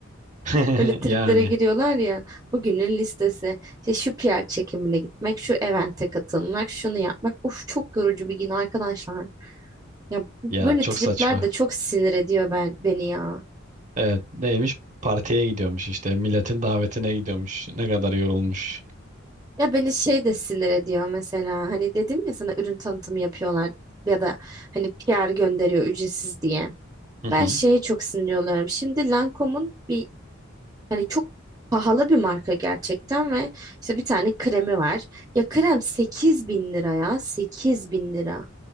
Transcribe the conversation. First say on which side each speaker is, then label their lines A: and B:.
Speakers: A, on the right; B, on the right.
A: <laughs>
B: Öyle triplere
A: Yani
B: giriyorlar ya. Bugünün listesi. İşte şu PR çekimine gitmek, şu evente katılmak, şunu yapmak. Of çok yorucu bir gün arkadaşlar. Ya bu-
A: ya
B: böyle
A: çok
B: tripler
A: saçma.
B: de çok sinir ediyor ben beni ya.
A: Evet neymiş? Partiye gidiyormuş işte milletin davetine gidiyormuş. Ne kadar yorulmuş.
B: Ya beni şey de sinir ediyor mesela. Hani dedim ya sana ürün tanıtımı yapıyorlar ya da hani PR gönderiyor ücretsiz diye.
A: <laughs>
B: Ben şeye çok sinir oluyorum. Şimdi Lancome'un bir Çok pahalı bir marka gerçekten ve işte bir tane kremi var. Ya krem sekiz bin lira ya sekiz bin lira.